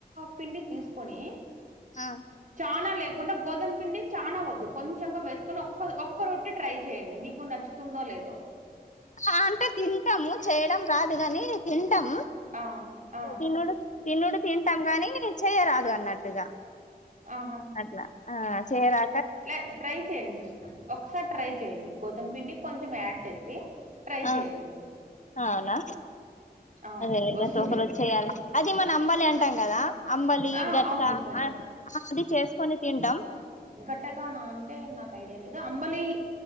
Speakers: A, on the right; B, on the left.
A: పిండి తీసుకొని
B: ఆ
A: చాన లేకుండా గోధుమ పిండి చానా వద్దు కొంచెంగా వేసుకొని ఒక్క ఒక్క రొట్టటి ట్రై చేయండి మీకు నచ్చు తుందో లేదో
B: ఆ అంటే తింటాము చేయడం రాదు కాని తింటాము
A: ఆ ఆ!
B: తినుడు తినుడు తింటాం గాని నేను చేయరాదు అన్నట్టుగా
A: ఆహా
B: అట్లా ఆ చేయరా
A: లే ట్రై చేయండి సిస్టర్ ఒకసారి ట్రై చేయండి గోధుమ పిండి కొంచెం యాడ్ చేసి ట్రై
B: ఆ
A: చెయండి
B: అవునా
A: ఆ!
B: అదే
A: వస్తుంది.
B: లేద ఒకరోజు చేయాలి అది మన అంబలి అంటాం కదా అంబలి
A: ఆ!
B: గట్క
A: అవును సిస్టర్.
B: అది చేసుకొని తింటాం
A: గట్టకా నా అంటే నాకు ఐడియా లేదు అంబలి